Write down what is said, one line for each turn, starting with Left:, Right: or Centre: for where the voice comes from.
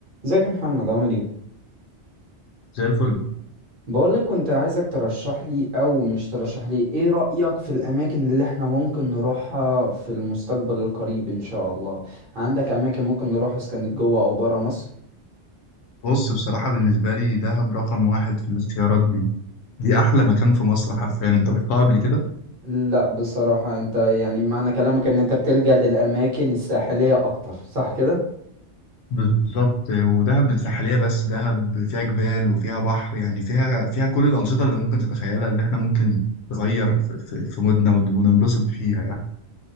Right: ازيك يا محمد عامل ايه
Left: زي الفل
Right: بقولك كنت عايزك ترشح لي او مش ترشح لي ايه رأيك في الاماكن اللي احنا ممكن نروحها في المستقبل القريب ان شاء الله عندك اماكن ممكن نروحها اذا كانت جوه او بره مصر
Left: بص بصراحة بالنسبة لي دهب رقم واحد في الاختيارات دي دي أحلى مكان في مصر حرفيا أنت رحتها قبل كده
Right: لا بصراحة انت يعني معنى كلامك ان انت بتلجأ للاماكن الساحلية اكتر صح كده
Left: بالظبط ودهب الساحلية بس دهب فيها جبال وفيها بحر يعني فيها فيها كل الأنشطة اللي ممكن تتخيلها اللي إحنا ممكن نغير في, في, في مودنا وننبسط فيها يعني